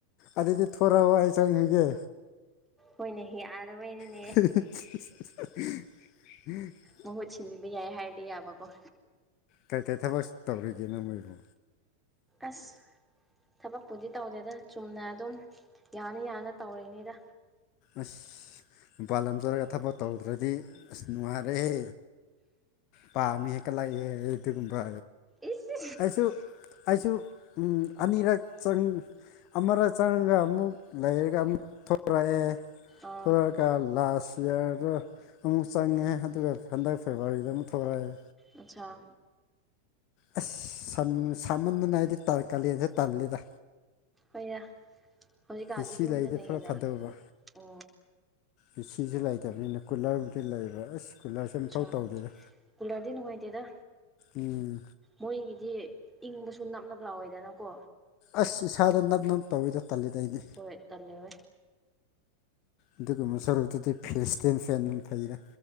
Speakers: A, on the left (about 40°); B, in the centre.
A: ꯑꯗꯨꯗꯤ ꯊꯣꯔꯛꯑꯣ ꯑꯩ ꯆꯪꯉꯥꯒꯦ
B: ꯍꯣꯏꯅꯦ ꯍꯦ ꯌꯥꯗꯕꯩꯅꯤꯅꯦ
A: <inaudible>
B: ꯃꯍꯨꯠ ꯁꯤꯟꯕꯤꯕ ꯌꯥꯏ ꯍꯥꯏꯔꯗꯤ ꯌꯥꯕꯀꯣ
A: ꯀꯩ ꯀꯩ ꯊꯕꯛ ꯇꯧꯔꯤꯒꯦꯅꯦ ꯃꯣꯏꯕꯨ
B: ꯑꯁꯁ ꯊꯕꯛꯄꯨꯗꯤ ꯇꯧꯗꯦꯗꯥ ꯆꯨꯝꯅ ꯑꯗꯨꯝ ꯌꯥꯅ ꯌꯥꯅ ꯇꯧꯔꯤꯅꯤꯗꯥ꯫
A: ꯑꯁ ꯃꯄꯥꯥꯟ ꯂꯝꯗ ꯆꯠꯔꯒ ꯊꯕꯛ ꯇꯧꯗ꯭ꯔꯗꯤ ꯑꯁ ꯅꯨꯡꯉꯥꯏꯔꯦꯍꯦ ꯄꯥꯝꯃꯤ ꯍ°ꯛꯇꯥ ꯂꯩꯔꯛꯏ ꯑꯗꯨꯒꯨꯝꯕ
B: ꯏꯁ
A: ꯑꯩꯁꯨ ꯑꯩꯁꯨ ꯑꯅꯤꯔꯛ ꯆꯪ ꯑꯃꯔ ꯆꯪꯉꯒ ꯑꯃꯨꯛ ꯂꯩꯔꯒ ꯑꯃꯨꯛ ꯊꯣꯔꯛꯑꯦ
B: ꯑꯣ
A: ꯊꫭꯛꯑꯒ ꯀ ꯂꯥꯁ ꯌꯤꯌꯥꯔꯗꯥ ꯑꯃꯨꯛ ꯆꯪꯉꯦ ꯑꯗꯨꯒ ꯍꯟꯗꯛ ꯐꯦꯕꯋꯥꯔꯤꯗ ꯑꯃꯨꯛ ꯊꫭꯔꯛꯑꯦ꯫
B: ꯑꯆꯥ
A: ꯑꯁ ꯁꯥꯃꯟꯗꯨꯅ ꯍꯥꯏꯗꯤ ꯀꯥꯂꯦꯟꯗꯦ ꯇꯜꯂꯤꯗ
B: ꯍꯣꯏꯅꯦ ꯍꯧꯖꯤꯛꯀꯥꯟꯗꯤ
A: ꯑꯦꯁꯤ
B: ꯌꯨꯝꯗꯅ
A: ꯂꯩꯔꯗꯤ ꯈꯔ
B: ꯍꯦꯟꯅ
A: ꯐꯗꯧꯕ
B: ꯎ
A: ꯑꯦꯁꯤꯁꯨ ꯂꯩꯇꯕꯅꯤꯅ ꯀꯨꯂꯔꯕꯨꯗꯤ ꯂꯩꯕ ꯑꯁ ꯀꯨꯂꯔꯁꯦ
B: ꯑꯠꯆꯥ
A: ꯃꯊꯧ ꯇꯧꯗ‌ꯦꯗꯥ
B: ꯀꯨꯂꯔꯗꯤ ꯅꯨꯡꯉꯥꯏꯇꯦꯗ
A: ꯎꯝ
B: ꯃꯣꯏꯒꯤꯗꯤ ꯏꯪꯕꯁꯨ ꯅꯞꯅꯕ ꯂꯥꯎꯋꯦꯗꯅꯀꯣ
A: ꯑꯁ ꯏꯁꯥꯗ ꯅꯞ ꯅꯞ ꯇꯧꯋꯦꯗ ꯇꯜꯂꯤꯗ ꯑꯩꯗꯤ
B: ꯍꫭꯏ ꯇꯜꯂ‌ꯦ
A: ꯑꯗꯨꯒꯨꯝꯕ ꯁꯔꯨꯛꯇꯨꯗꯤ ꯐꯦꯁ ꯇꯦꯟ ꯗꯨꯝ ꯐꯩꯗ